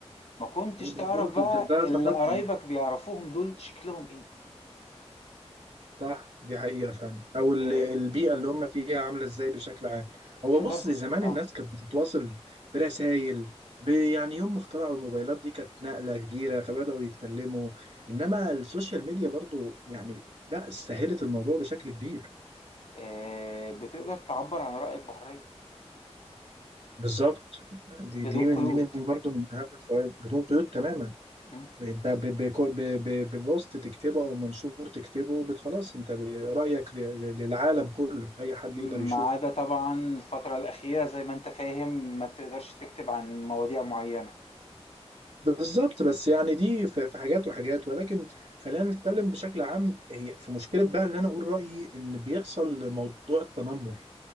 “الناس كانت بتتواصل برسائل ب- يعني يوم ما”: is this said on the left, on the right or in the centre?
Right